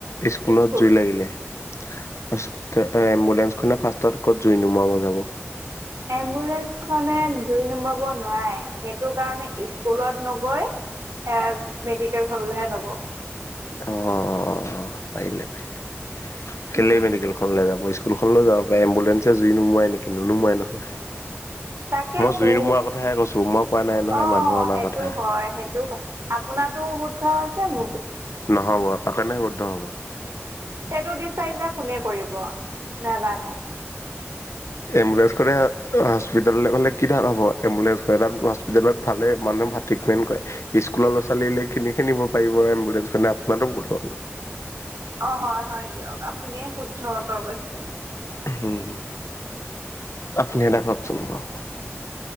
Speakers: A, on the left (about 85°); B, on the right (about 85°).
A: স্কুলত
B: স্কুল
A: জুই লাগিলে <unintelligible> এম্বুলেঞ্চখনে ফাষ্ট তত ক'ত জুই নুমোৱাব যাব?
B: এম্বুলেঞ্চখনে জুই নমাব নোৱাৰে, সেইটো কাৰণে স্কুলত নগৈ, এ মেডিকেলখনলৈহে যাব।
A: অ অ অ অ। পাৰিলে পাৰিলে
B: উম
A: কেলেই, মেডিকেলখনলে যাব স্কুল। ফ যাব পা এম্বুলেঞ্চে জুই নুমাই নেকি নুনুমাই নহয়।
B: তাকেতো
A: মই জুই নুমুৱাৰ কথাহে কৈছো মই কোৱা নাই নহয়
B: অ
A: মানুহ অনাৰ
B: সেইটো,
A: কথা
B: হয় সেইটো হয় আপোনাৰ। শুদ্ধ আছে ম।
A: নহ'ব অকাৰণে বদ্ধ হ'ব।
B: সেইটো দিচাৰিা কোনে কৰিব নাজানো।
A: এম্বুলেন্ঞ্চ কৰে হস্পিতাললৈ গ'লে কি ধাল হ'ব এম্বুলেঞ্চ। হস্পিতেলত ভালে মানুহ ট্ৰিটমেন্ট কৰে স্কুলৰ। চালিলে কিনি খে নিব পাৰিব এম্বুলেন্ঞ্চ খনে আপোনাৰো বতল।
B: অ হয় হয় দিয়ক আপুনিয়ে শুদ্ধ উতৰ কৈছে।
A: হম, আপুনি এটা কওকচোন বাৰু।